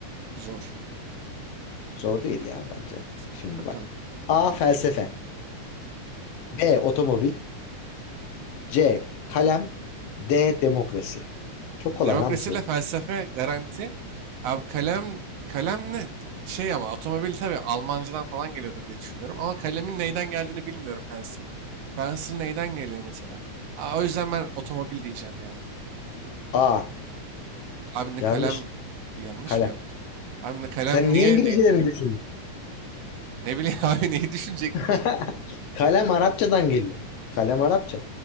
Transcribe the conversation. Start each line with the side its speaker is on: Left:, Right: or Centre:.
Right: Zor.
Left: Zor değil ya bence.
Right: Zor.
Left: Şimdi
Right: Bakalım.
Left: bak. A. Felsefe. B. Otomobil. C. Kalem. D. Demokrasi. Çok kolay
Right: Demokrasiyle
Left: lan bu soru.
Right: felsefe garanti. Abi kalem, kalem ne? Şey ama otomobil tabii Almancadan falan geliyordur diye düşünüyorum. Ama kalemin neyden geldiğini bilmiyorum pencil. Pencil neyden geliyor mesela? Aa, o yüzden ben otomobil diyeceğim ya.
Left: A.
Right: Abi ne
Left: Yanlış.
Right: kalem yanlış
Left: Kalem.
Right: mı yaptım? Abi ne kalem
Left: Sen niye
Right: niye
Left: İngilizcelerini
Right: ne
Left: düşündün?
Right: ne bileyim <laughs> abi neyi düşünecektim?
Left: <laughs> Kalem Arapçadan geliyor. Kalem Arapça.